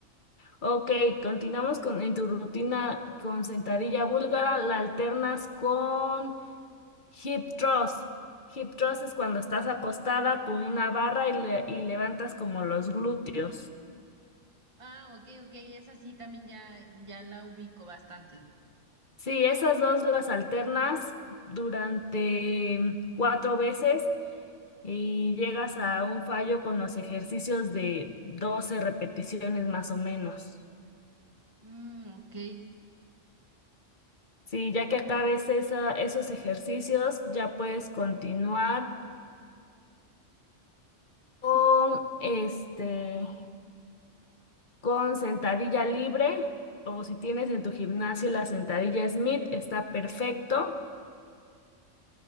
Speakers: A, on the left; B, on the right.
A: Ok. Continuamos con, en tu rutina con sentadilla búlgara. La alternas con hip thrust. Hip thrust es cuando estás acostada con una barra y, le- y levantas como los glúteos.
B: Ah, ok, ok, esa sí también ya, ya la ubico bastante.
A: Sí, esas dos las alternas durante mm, cuatro veces y llegas a un fallo con los ejercicios de 12 repeticiones más o menos.
B: Mm, ok.
A: Sí, ya que acabes esa, esos ejercicios, ya puedes continuar con este, con sentadilla libre o si tienes en tu gimnasio la sentadilla Smith, está perfecto.